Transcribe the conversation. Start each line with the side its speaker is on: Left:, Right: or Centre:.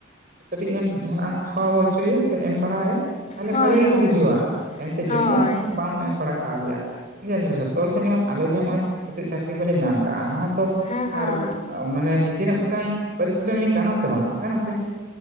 Right: ᱠᱟᱹᱴᱤᱡ ᱮᱢ ᱡᱟᱦᱟᱱᱟᱜ ᱮᱢ ᱠᱷᱟᱣᱟ ᱦᱚᱪᱚᱭᱟ ᱮᱢ ᱵᱟᱲᱟᱭᱟ ᱛᱟᱦᱚᱞᱮ
Left: ᱦᱳᱭ
Right: ᱵᱷᱟᱜᱤ ᱜᱮ
Left: ᱦᱳᱭ
Right: ᱠᱚ ᱵᱩᱡᱷᱟᱹᱣᱟ ᱮᱱᱛᱮ ᱡᱩᱫᱤ
Left: ᱦᱳᱭ
Right: ᱟᱢ ᱵᱟᱢ ᱮᱢ ᱵᱟᱲᱟ ᱠᱟᱣᱫᱮᱭᱟ ᱧᱮᱞ ᱢᱮ ᱡᱷᱚᱛᱚ ᱦᱚᱲ ᱜᱮ ᱧᱚᱜ ᱟᱞᱮ ᱡᱮ ᱱᱚᱜ ᱚᱭ ᱱᱤᱛᱚᱜ ᱪᱟᱹᱠᱨᱤ ᱠᱚᱞᱮ ᱧᱟᱢ ᱠᱟᱜᱼᱟ ᱱᱚᱣᱟ ᱛᱚ
Left: ᱦᱮᱸ
Right: ᱟᱨ
Left: ᱦᱮᱸ
Right: ᱢᱟᱱᱮ ᱱᱤᱡᱮᱨᱟᱜ ᱢᱤᱫᱴᱟᱝ ᱯᱤᱨᱤᱥᱨᱟᱹᱢᱤ ᱠᱟᱱᱟ ᱥᱮ ᱵᱟᱝ ᱠᱟᱱᱟ ᱥᱮ